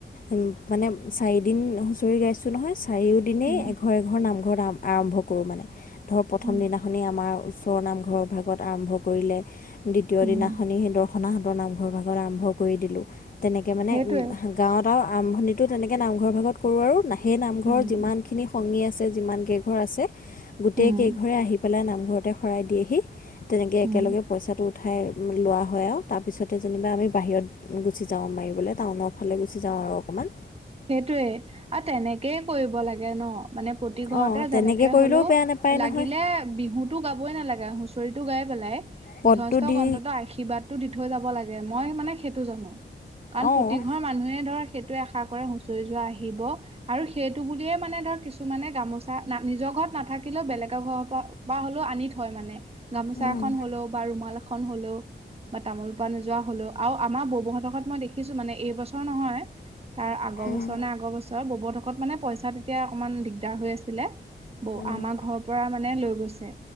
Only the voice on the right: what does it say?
উম,
উম,
উম,
সেইটোৱে
উম,
উম,
উম।
সেইটোৱে আউ তেনেকেই কৰিব লাগে ন মানে প্ৰতি ঘৰতে
যেনেকে
হলও।
লাগিলে
বিহুটো গাবই নালাগে হুঁচৰিটো গাই পেলাই
গৃহস্থক
অন্ততঃ আশী কিবাদো দি থৈ যাব লাগে মই মানে সেইটো জানো, কাৰণ
প্ৰতি ঘৰ মানুহে ধৰ সেইটোৱে আশা কৰে হুঁচৰি যোৱা আহিব। আৰু সেইটো বুলিয়ে মানে ধৰ কিছুমানে গামোচা না নিজৰ ঘৰত নাথাকিলেও বেলেগৰ ঘৰৰ পৰা। বা হ'লও আনি থয় মানে গামোচা
এখন হলও বা ৰুমাল এখন হলও। বা তামোল এযোৱা হ'লও আউ আমাৰ বৌবৌহতৰ ঘৰত মই দেখিছোঁ মানে এইবছৰ নহয়। তাৰ আগৰ
বছৰ নে আগৰ বছৰ ববহতৰ মানে পইচা তেতিয়া অকমান দিগদাৰ হৈ আছিলে। বৌ
আমাৰ ঘৰৰ পৰা মানে লৈ গৈছে